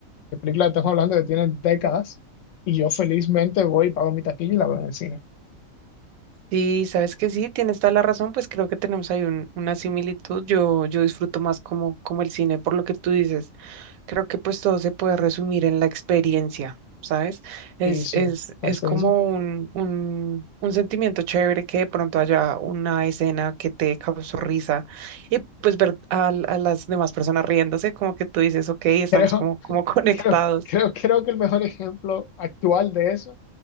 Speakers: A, on the left; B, on the right.
A: la película estamos hablando que tiene décadas y yo felizmente voy y pago mi taquilla y la veo en el cine.
B: Sí, sabes que sí, tienes toda la razón, pues creo que tenemos ahí un- una similitud. Yo, yo disfruto más como, como el cine, por lo que tú dices. Creo que pues todo se puede resumir en la experiencia, ¿sabes? Es,
A: Y sí,
B: es,
A: la
B: es
A: experiencia.
B: como un, un, un sentimiento chévere que de pronto haya una escena que te causó risa y pues ver a, a las demás personas riéndose, como que tú dices, ok, estamos
A: <laughs> Creo,
B: como, como <laughs> conectados.
A: creo, creo, creo que el mejor ejemplo actual de eso